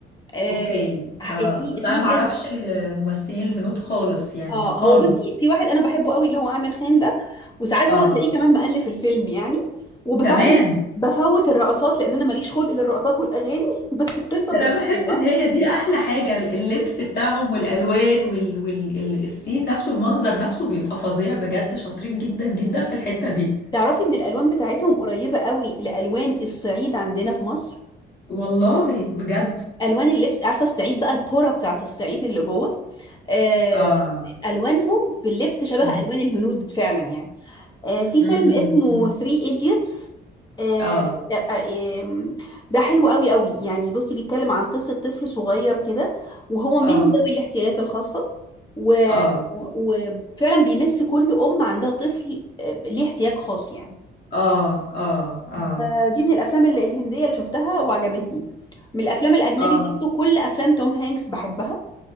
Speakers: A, on the left; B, on the left.
A: آه
B: اوكي
A: ه-
B: اه
A: في
B: بس انا
A: في
B: ما
A: فيلم
B: اعرفش الممثلين الهنود خالص يعني
A: اه
B: خالص
A: هو بصي في واحد انا بحبه قوي اللي هو عامر خان ده وساعات
B: اه
A: هو تلاقيه كمان مؤلف الفيلم يعني وطبعا
B: كمان
A: بفوت الرقصات لان انا ماليش خلق للرقصات والاغاني <laughs> بس القصه
B: ده
A: بتبقى
B: انا بحس
A: حلوه
B: ان هي دي احلى حاجة اللبس بتاعهم والالوان وال... وال... ال- السين نفسه المنظر نفسه بيبقى فظيع بجد شاطرين جدا جدا في الحتة دي
A: تعرفي ان الالوان بتاعتهم قريبه قوي لالوان الصعيد عندنا في مصر
B: والله بجد
A: الوان اللبس عارفه الصعيد بقى القرى بتاعت الصعيد اللي جوه آه،
B: اه
A: الوانهم في اللبس شبه
B: امم
A: الوان الهنود فعلا يعني آه، في
B: امم
A: فيلم اسمه
B: أمم.
A: 3 ايديوتس ده
B: اه
A: آه، ده حلو قوي قوي يعني بصي بيتكلم عن قصة طفل صغير كده وهو
B: اه
A: من ذوي الاحتياجات الخاصة و...
B: اه
A: وفعلا بيمس كل أم عندها طفل آه، ليه احتياج خاص يعني
B: اه اه اه
A: فدي من الافلام ال- الهنديه اللي شفتها وعجبتني من الافلام الاجنبي
B: آه.
A: برضو كل افلام توم هانكس بحبها